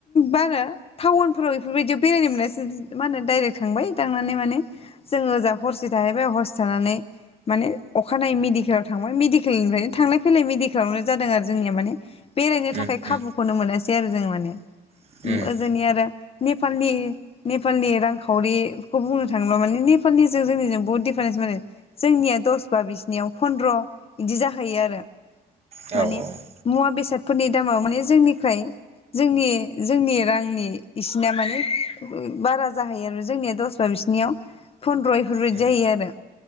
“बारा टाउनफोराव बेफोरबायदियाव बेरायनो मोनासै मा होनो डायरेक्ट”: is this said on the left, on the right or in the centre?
Left